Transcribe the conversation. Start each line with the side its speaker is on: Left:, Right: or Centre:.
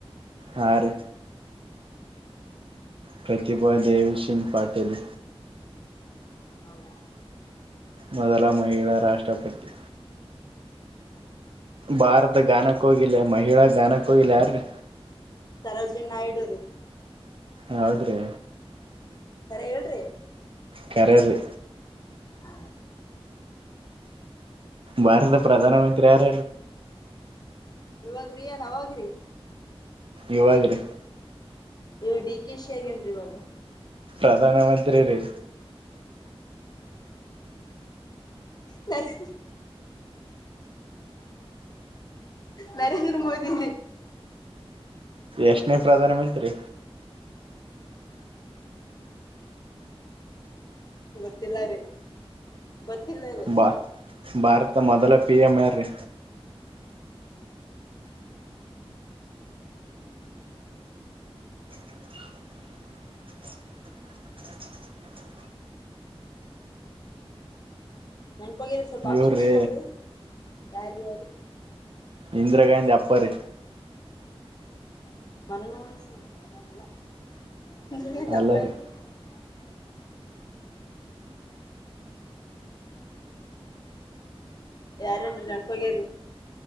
Right: ಹರಿ. ಪ್ರತಿಭಾ ದೇವಿ ಸಿಂಗ್ ಪಾಟೀಲ್.
Left: <inaudible>
Right: ಮೊದಲ ಮಹಿಳಾ ರಾಷ್ಟ್ರಪತಿ. ಭಾರದ ಗಾನ ಕೋಗಿಲೆ ಮಹಿಳಾ ಗಾನಕೋಗಿ ಲೇ ಯಾರೀ
Left: ತರೋಜಿನ್ ನಾಯಡುೂ ರೀ.
Right: ಹೌದ್ರಿ.
Left: ತರೆ ಹೇಳ್ರಿ.
Right: ಕರೆರಿ.
Left: ಹ
Right: ಭಾರತದ ಪ್ರಧಾನ ಮಂತ್ರಿ ಯಾರ
Left: ಇವಾಗ್ರೇನ ಅವಾಗ್ರಿ
Right: ಇವಗ್ರಿ
Left: ಈ ಡಿ ಕೆ ಶ ಆಗೇನ್ರಿ ಇವಾಗ
Right: ಪ್ರಧಾನ ಮಂತ್ರಿ ರೀ.
Left: ನ <inaudible> ನರೇದ್ರ ಮೋದಿ.
Right: ಎಷ್ಟನೇ ಪ್ರಧಾನ ಮಂತ್ರಿ.
Left: ಗೊತ್ತಿಲ್ಲ ರೀ. ಗೊತ್ತಿಲ್ಲ ರೀ
Right: ಬಾ ಭಾರತ ಮೊದಲ ಪಿ ಎಂ ಯಾರಿ <inaudible>
Left: ನ ಹೋಗ ಸ್ವಲ್ಪ
Right: ಇವ್ರೀ
Left: ಆಪ್ಷನ್ ಇ ಕೊಡ್ರಿ ಯಾರ ರೀ ಅವ್ರ
Right: ಇಂದರ ಗಾಂಧಿ ಅಪ್ಪಾರಿ.
Left: <unintelligible>
Right: ಅಲ್ಲ ರೀ
Left: ಯಾರ ಹೇಳ್ರಿ ನೆನ್ಪೋಗ್ಯಿ